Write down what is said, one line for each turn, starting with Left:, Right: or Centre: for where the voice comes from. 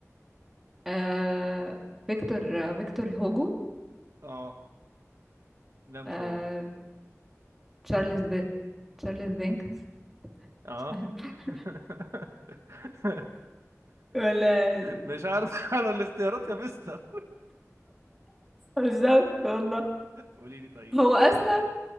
Centre: آه فيكتور آه، فيكتور هوجو
Right: اه لا مش
Centre: آه
Right: هو
Centre: تشارلز دي تشارلز دينكس
Right: اه
Centre: مش عارفة. <laughs>
Right: <laughs> <laughs>
Centre: ولا
Right: مش عارف انا الاختيارات يا مستر
Centre: بالظبط والله
Right: قولي لي طيب
Centre: هو اصلا